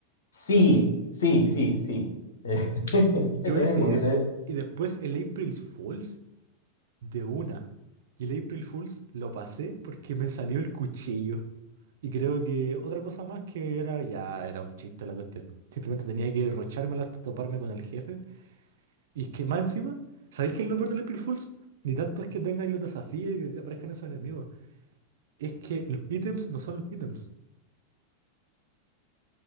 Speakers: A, on the left; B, on the right.
A: Sí, sí, sí, sí. Eh, <laughs>
B: Yo
A: ese
B: hice
A: mismo que
B: eso
A: te...
B: y después el April Fools de una. Y el April Fools lo pasé porque me salió el cuchillo. Y creo que otra cosa más que era, ya era un chiste la cuestión. Simplemente tenía que derrochármela hasta toparme con el jefe Y es que más encima, ¿sabéis qué es lo peor del April Fools? Ni tanto es que tengáis los desafíos y que aparezcan esos enemigos. Es que los ítems no son los ítems.